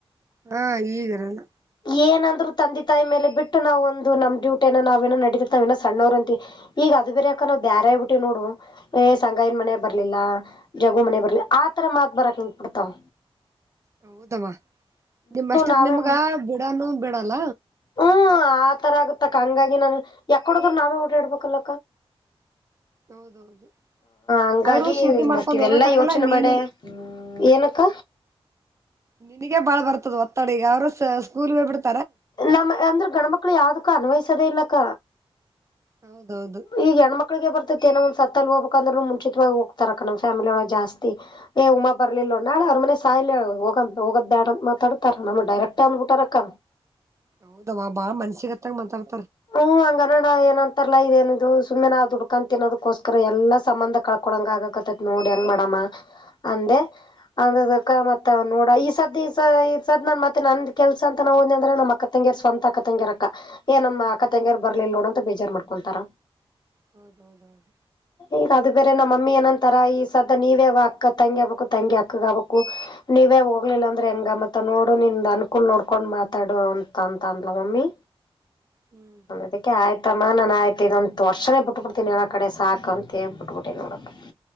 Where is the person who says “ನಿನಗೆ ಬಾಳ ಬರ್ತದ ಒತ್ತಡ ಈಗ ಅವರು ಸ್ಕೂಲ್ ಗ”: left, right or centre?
Right